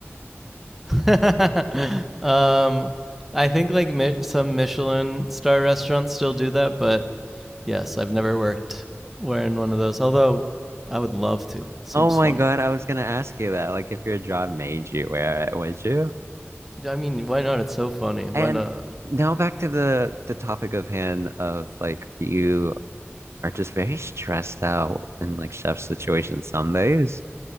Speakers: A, in the centre; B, on the right.
A: <laughs> um, I think like mi- some Michelin star restaurants still do that, but yes, I've never worked wearing one of those. Although I would love to. Seems
B: Oh my
A: fun.
B: God, I was gonna ask you that. Like if your job made you wear it, would you?
A: I mean, why not? It's so funny. Why
B: And
A: not?
B: now back to the the topic of hand of like you are just very stressed out in like chef situations some days.